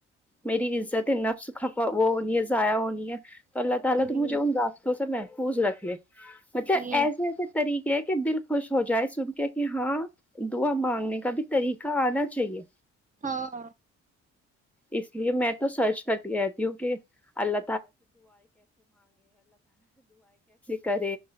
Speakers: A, in the centre; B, on the right.
A: میری عزت ہے نفس کھپا وہ ہونی ہے ضائع ہونی ہے تو اللہ تعالی
B: جی
A: ت مجھے اننا دو ہو سر میں خوش رکھے مطلب
B: جی
A: ایسے ایسے طریقے کیا کہ دل خوش ہو جائے سن کے کہ ہاں دعا مانگنے کا بھی طریقہ آنا چاہیے
B: ہاں
A: اسلیے مین تو تلاش کر دیا کیوں اللہ کا